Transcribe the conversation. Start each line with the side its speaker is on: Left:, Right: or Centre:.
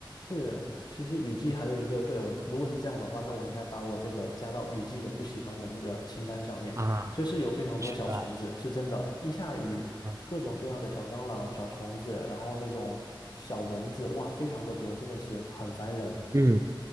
Left: 是，其实雨季还有一个，对，我如果是这样的话，那我应该把我这个加到雨季的不喜欢的那个清单上面。
Right: 啊，
Left: 就是有非常多小虫子，
Right: 是吧？
Left: 是真的，一下雨，
Right: 嗯
Left: 各种各样的小蟑螂、小虫子，然后那种小蚊子，哇，非常的多，真的是很烦人。
Right: 嗯，